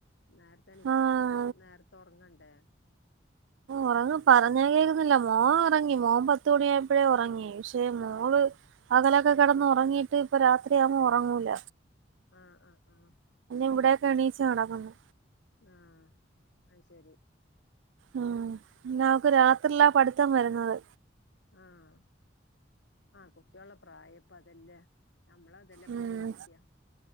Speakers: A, on the left; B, on the right.
A: നേരത്തെ എണിക്കാൻ
B: ആഹ്
A: അപ്പൊ നേരത്തെ ഉറങ്ങണ്ടേ
B: ഉറങ്ങും പറഞ്ഞാൽകേക്കത്തില്ല മോൻ ഉറങ്ങി മോൻ പത്ത്മണിയായപ്പഴേ ഉറങ്ങി പക്ഷേ മോള്
A: ആഹ്
B: അകലൊക്കെ കിടന്ന് ഉറങ്ങി ഇപ്പൊ രാത്രിയാവുമ്പോ ഉറങ്ങൂല
A: ആഹ് ആഹ് ആഹ്
B: ഇവിടെയൊക്കെ എണീച്ച് നടക്കുന്നു
A: ആഹ് അത് ശരി
B: ഉം പിന്നെ അവൾക്ക് രാത്രില്ലാ പഠിത്തം വരുന്നത്
A: ആഹ് ആഹ് കുട്ടിയോള് പ്രായയിപ്പം അതല്ലേ നമ്മള് അതെല്ലാം ഇപ്പ
B: ഉം
A: ചിന്തിക്കുക